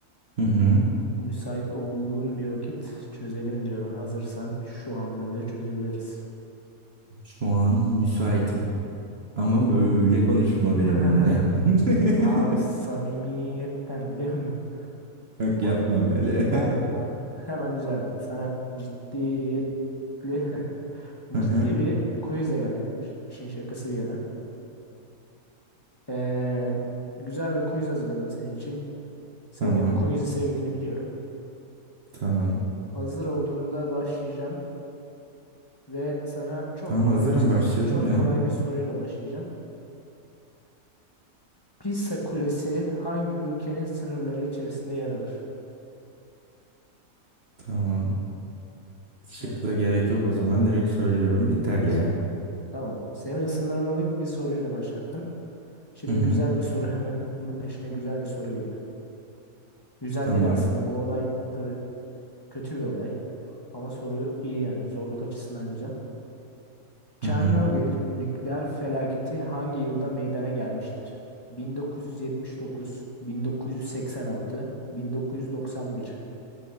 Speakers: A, on the right; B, on the left.
A: Hı hı.
B: Müsait olduğun bir vakit çözelim diyorum. Hazırsan şu anda bile çözebiliriz.
A: Şu an müsaitim. Ama böyle konuşma
B: <laughs>
A: benimle. <laughs>
B: Abi samimiyetten biliyor musun?
A: Yok
B: O-
A: yapma böyle.
B: Pardon pardon. Hemen düzeldim. Sana ciddiyetli <laughs>
A: <laughs> Hı
B: ciddi
A: hı.
B: bir quizle geldim. İşin şakası bir yana. Ee, güzel bir quiz hazırladım senin için. Senin
A: Tamam,
B: de quiz'i sevdiğini biliyorum.
A: tamam.
B: Hazır olduğunda başlayacağım ve sana çok
A: Tamam
B: kolay
A: hazırım
B: bir
A: başlayalım
B: çok
A: ya.
B: kolay bir soruyla başlayacağım. Pisa Kulesi hangi ülkenin sınırları içerisinde yer alır?
A: Tamam. Şık
B: Evet.
A: da gerek yok o zaman. Direkt söylüyorum. İtalya.
B: Evet. Tamam. Seni ısındırmalık bir soruyla başlattım. Şimdi
A: Hı hı.
B: güzel bir soru hemen. Bunun peşine güzel bir soru geliyor. Güzel
A: Tamam.
B: değil aslında bu olay tabii kötü bir olay ama soru iyi yani zorluk açısından güzel. Çernobil
A: Hı hı.
B: nükleer felaketi hangi yılda meydana gelmiştir? 1979, 1986, 1991.